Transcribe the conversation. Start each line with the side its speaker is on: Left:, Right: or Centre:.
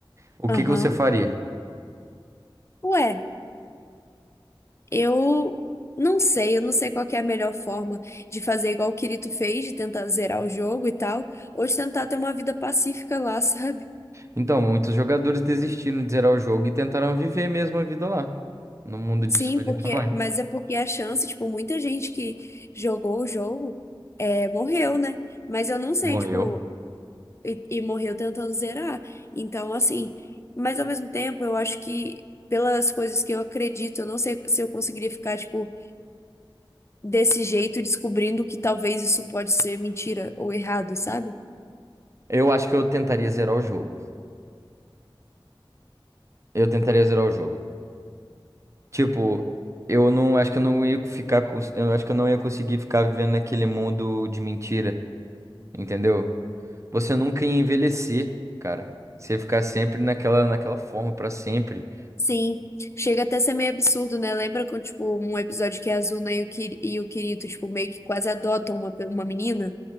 Right: O que
Left: Aham.
Right: que você faria?
Left: Ué. Eu não sei, eu não sei qual que é a melhor forma de fazer igual o Kirito fez, de tentar zerar o jogo e tal, ou de tentar ter uma vida pacífica lá, <laughs> sabe?
Right: Então, muitos jogadores desistiram de zerar o jogo e tentaram viver mesmo a vida lá, no mundo de
Left: Sim,
Right: Sword
Left: porque,
Right: Art Online.
Left: mas é porque a chance, tipo, muita gente que jogou o jogo é, morreu, né? Mas eu não sei,
Right: Morreu.
Left: tipo, e, e morreu tentando zerar. Então, assim, mas ao mesmo tempo, eu acho que pelas coisas que eu acredito, eu não sei se eu conseguiria ficar, tipo, desse jeito, descobrindo que talvez isso pode ser mentira ou errado, sabe?
Right: Eu acho que eu tentaria zerar o jogo. Eu tentaria zerar o jogo. Tipo, eu não acho que eu não ia ficar, cons- eu acho que eu não ia conseguir ficar vivendo naquele mundo de mentira, entendeu? você nunca ia envelhecer, cara. Você ia ficar sempre naquela, naquela forma pra sempre.
Left: Sim, chega até a ser meio absurdo, né? Lembra quando, tipo, um episódio que a Azuna e o, Kir e o Kirito, tipo, meio que quase adotam uma, pe- uma menina?